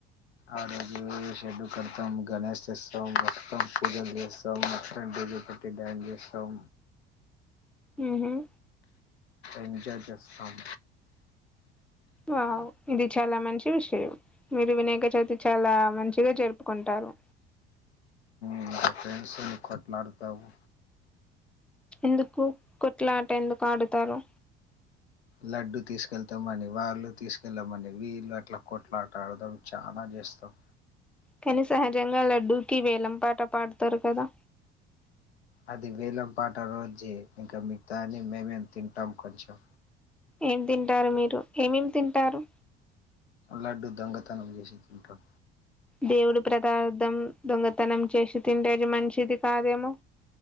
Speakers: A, on the left (about 80°); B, in the centre.
A: అ రోజు షెడ్ కడతాం గణేష్ చేస్తాం మొత్తం పూజలు చేస్తాం మొత్తం డీజే పెట్టి డ్యాన్స్ చేస్తాం
B: మ్ హ్మ్
A: ఎంజాయ్ చేస్తాం
B: వావ్ ఇది చాలా మంచి విషయం మీరు వినాయక చవితి చాలా మంచిగ జరుపుకుంటారు
A: మ్ ఫ్రెండ్స్ ని కొట్లాడుతాము
B: ఎందుకు కొట్లాట ఎందుకు ఆడుతారు
A: లడ్డు తీసుకెళ్తామని వాళ్ళు తీసుకెళ్ళమని వీళ్ళు అట్ల కొట్లాటడతం చానా చేస్తం
B: కానీ సహజంగా లడ్డూకి వేలం పాట పాడతారు కదా
A: అది వేలం పాట రోజే ఇంకా మిగతా అన్ని మేమేం తింటాం కొంచెం
B: ఏం తింటారు మీరు ఏమేమి తింటారు
A: లడ్డు దొంగతనం చేసి తింటం
B: దేవుడు ప్రదార్థం దొంగతనం చేసి తింటే అది మంచిది కాదేమో